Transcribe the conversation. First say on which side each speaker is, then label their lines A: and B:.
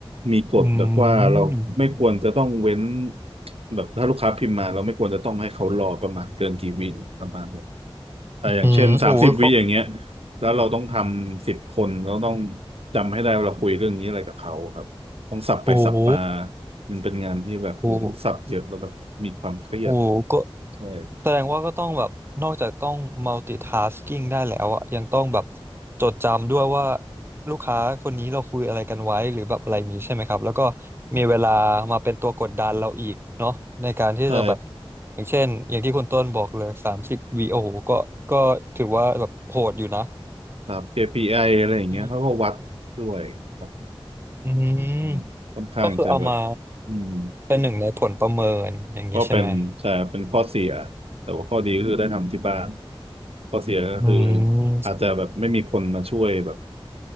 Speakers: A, on the right; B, on the right.
A: มีกฎแบบว่าเราไม่ควรจะต้องเว้น
B: อืม
A: แบบถ้าลูกค้าพิมพ์มาเราไม่ควรจะต้องให้เขารอประมาณเกินกี่วิประมาณเนี้ยแต่ออย่างเช่นสามสิบวิอย่างเงี้ย
B: อืมโอ้ยเขา
A: แล้วเราต้องทำสิบคนเราต้องจำให้ได้ว่าเราคุยเรื่องนี้อะไรกับเขาครับต้องสับไปสับมา
B: โอ้โห
A: มันเป็นงานที่แบบเออต้องสับเยอะแล้วแบบมีความเครียด
B: โอ้โหโอ้โหก็
A: ใช่
B: แสดงว่าก็ต้องแบบนอกจากต้อง multitasking ได้แล้วอะยังต้องแบบจดจำด้วยว่าลูกค้าคนนี้เราคุยอะไรกันไว้หรือแบบอะไรอย่างนี้ใช่ไหมครับแล้วก็มีเวลามาเป็นตัวกดดันเราอีกเนาะในการที่จะแบบ
A: ใช่
B: อย่างเช่นอย่างที่คุณต้นบอกเลยสามสิบวีโอโหก็ก็ถือว่าแบบโหดอยู่นะ
A: ครับ KPI ออะไรอย่างเงี้ยเขาก็วัดด้วยครับ
B: อืมอืม
A: อืมค่อนข้างจะแบบ
B: ก็คือเอามา
A: อืม
B: เป็นหนึ่งในผลประเมินอย่างนี้ใช่ไหม
A: ก็เป็นใช่เป็นข้อเสียแต่ว่าข้อดีก็คือได้ทำที่บ้านข้อเสียก็คือ
B: อืม
A: อาจจะแบบไม่มีคนมาช่วยแบบ